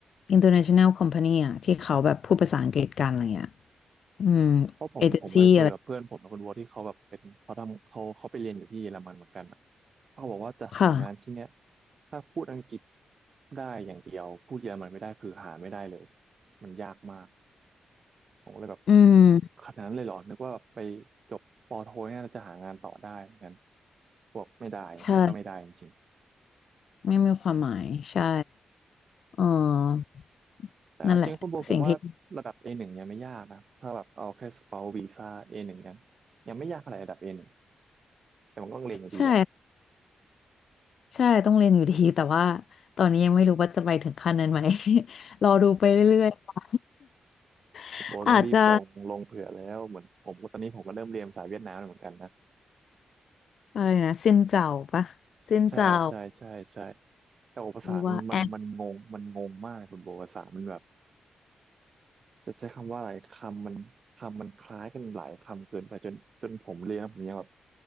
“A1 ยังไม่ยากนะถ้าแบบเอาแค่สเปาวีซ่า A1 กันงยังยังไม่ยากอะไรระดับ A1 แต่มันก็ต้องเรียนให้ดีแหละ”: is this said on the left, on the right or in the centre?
Right